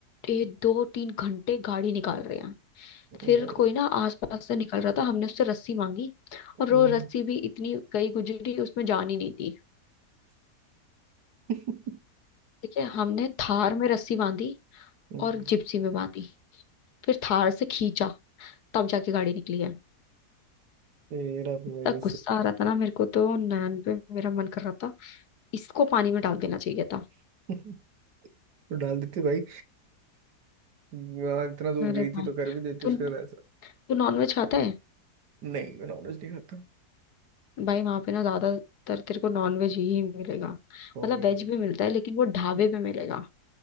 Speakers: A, on the left; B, on the right.
A: ए, दो तीन घंटे गाड़ी निकाल रहे हैं फिर
B: वही
A: कोई ना आसपास से निकल रहा था हमने उससे रस्सी मांगी और
B: हम्म
A: वो रस्सी भी इतनी गई गुजरी उसमें जान ही नहीं थी
B: <laughs>
A: ठीक है हमने थार में रस्सी बांधी
B: हम्म,
A: और जिप्सी में बांधी फिर थार से खींचा तब जाके गाड़ी निकली है
B: तेरा भी
A: इतना
B: वही ऐसे
A: गुस्सा आ रहा था ना मेरे को तो नैन पे मेरा मन कर रहा था इसको पानी में डाल देना चाहिए था
B: <laughs> तो डाल देती भाई वहाँ इतना दूर
A: अरे
B: गई
A: भाई
B: थी तो कर भी देती
A: तू
B: उसके
A: तू
B: साथ ऐसा
A: नॉनवेज खाता है
B: नहीं मैं नॉलेज नहीं खाता
A: भाई वहां पे ना ज्यादातर तेरे को नॉन वेज ही मिलेगा
B: कोई
A: मतलब वेज भी मिलता है लेकिन वो ढाबे
B: नहीं
A: पे मिलेगा